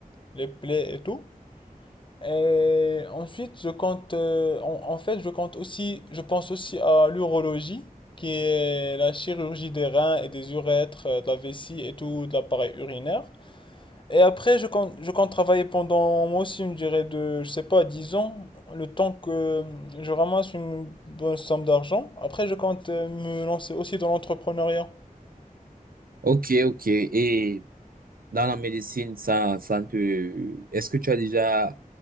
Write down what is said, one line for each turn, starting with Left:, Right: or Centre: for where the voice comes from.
Left: les plaies et tout. Et ensuite, je compte, euh, en, en fait, je compte aussi, je pense aussi à l'urologie, qui est la chirurgie des reins et des urètres, euh, de la vessie et tout, de l'appareil urinaire. Et après, je compte, je compte travailler pendant, moi aussi, une durée de, je sais pas, 10 ans, le temps que je ramasse une bonne somme d'argent. Après, je compte euh, me lancer aussi dans l'entrepreneuriat.
Right: Ok, ok. Et Dans la médecine, ça, ça ne te... Est-ce que tu as déjà